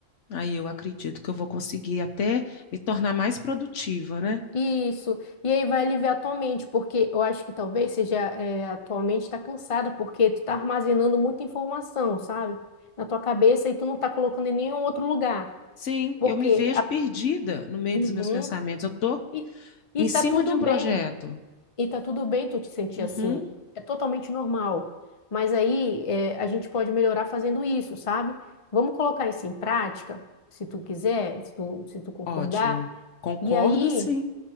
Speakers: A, on the left (about 70°); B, on the left (about 30°).
A: Aí eu acredito que eu vou conseguir até me tornar mais produtiva, né?
B: Isso. E aí vai aliviar a tua mente, porque eu acho que talvez seja é, a tua mente está cansada, porque tu está armazenando muita informação, sabe? Na tua cabeça e tu não está colocando em nenhum outro lugar.
A: Sim,
B: Porque
A: eu me vejo
B: a-
A: perdida no meio
B: Uhum.
A: dos meus pensamentos. Eu tô
B: E, e
A: em
B: tá
A: cima
B: tudo
A: de um projeto.
B: bem. E tá tudo bem tu te sentir
A: Uhum,
B: assim. É totalmente normal. Mas aí é, a gente pode melhorar fazendo isso, sabe? Vamos colocar isso em prática, se tu quiser, se tu, se tu concordar.
A: ótimo. Concordo,
B: E aí,
A: sim.